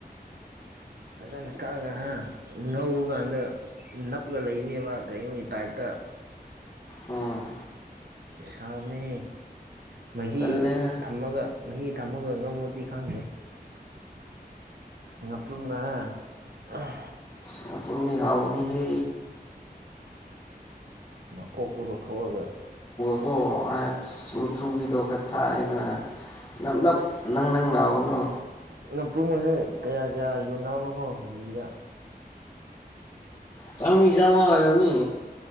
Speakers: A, on the right; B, on the left.
A: <inaudible>
B: ꯎꯝ
A: ꯁꯥꯎꯅꯤ ꯃꯍꯤ
B: ꯇꯜꯂꯦꯗ
A: ꯊꯝꯃꯒ ꯃꯍꯤ ꯊꯝꯃꯒ ꯉꯧꯕꯗꯤ ꯈꯪꯗꯦ ꯉꯥꯄꯔꯨꯝ <inaudible>
B: ꯉꯄꯔꯨꯝ ꯍꯥꯎꯥꯎꯅꯤ ꯍꯦ
A: ꯃꯀꯣꯛ ꯇꯂꯣ ꯊꯣꯛꯣꯛꯑꯒ
B: ꯑꯣ ꯑꯁ ꯃꯨꯊ꯭ꯔꯨꯕꯤꯗꯣ ꯈꯔ ꯊꯥꯛꯑꯗꯅ ꯅꯞ ꯅꯞ ꯅꯪ ꯅꯪ ꯂꯥꯎꯕꯗꯣ
A: ꯉꯥꯄꯔꯨꯝ ꯃꯁꯦ ꯀꯌꯥ ꯀꯌꯥ ꯌꯨꯅꯥ ꯂꯀꯣꯡ ꯖꯤꯗ
B: ꯆꯃꯤ ꯖꯃ ꯑꯣꯏꯔꯣꯅꯤ